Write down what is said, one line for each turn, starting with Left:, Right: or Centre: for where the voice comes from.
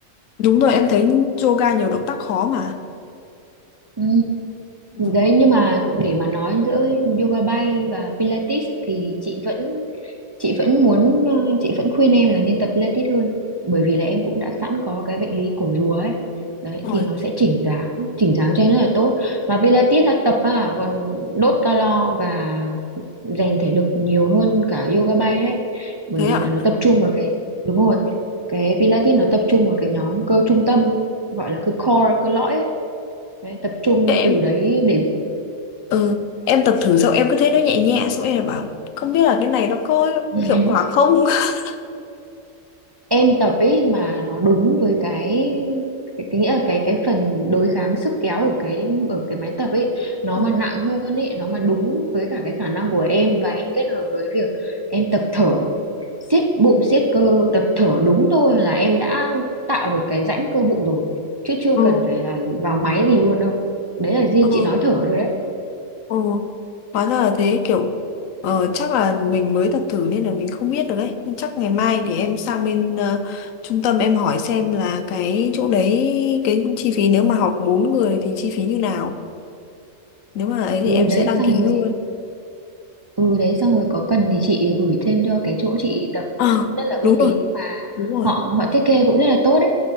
Left: Đúng rồi, em thấy yoga nhiều động tác khó mà.
Right: ừ.
Left: Đúng
Right: đấy nhưng mà để mà nói giữa yoga bay và pilates thì chị vẫn chị vẫn muốn ờ, chị vẫn khuyên em là nên tập Pilates hơn bởi vì là em cũng đã sẵn có cái bệnh lý cổ rùa ấy đấy
Left: rồi,
Right: thì nó sẽ chỉnh dáng chỉnh dáng cho em rất là tốt mà Pilates là tập à còn đốt calo và rèn thể lực nhiều hơn cả yoga bay đấy bởi
Left: thế
Right: vì
Left: ạ.
Right: là nó tập trung vào cái đúng rồi cái Pilates nó tập trung vào cái nhóm cơ trung tâm gọi là cơ core cơ lõi ấy. Đấy, tập trung
Left: Thế
Right: từ đấy để
Left: ừ em tập thử xong em cứ thấy nó nhẹ nhẹ xong em lại bảo không biết là cái này nó có
Right: <laughs>
Left: hiệu quả không <laughs>
Right: em tập ấy mà nó đúng với cái cái, cái nghĩa là cái cái phần đối kháng sức kéo của cái ở cái máy tập ấy nó
Left: ừ
Right: mà nặng hơn ấy nó mà đúng với cả cái khả năng của em và em kết hợp với việc em tập thở siết bụng siết cơ tập thở đúng thôi là em đã tạo được cái rãnh cơ bụng rồi chứ chưa
Left: Ừ.
Right: cần phải là vào máy gì luôn đâu đấy là riêng
Left: ừ
Right: chị nói thở thôi đấy
Left: ừ hóa ra là thế kiểu ờ, chắc là mình mới tập thử nên là mình không biết được đấy nhưng chắc ngày mai để em sang bên ờ, trung tâm em hỏi xem là cái chỗ đấy cái chi phí nếu mà học 4 người thì chi phí như nào nếu mà ấy thì
Right: ừ
Left: em
Right: đấy
Left: sẽ đăng
Right: xong
Left: ký
Right: rồi
Left: luôn
Right: Ừ đấy xong rồi có cần thì chị gửi thêm cho cái chỗ chị tập
Left: ờ
Right: cũng rất là uy
Left: đúng rồi
Right: tín mà
Left: đúng rồi
Right: họ họ thiết kế cũng rất là tốt đấy.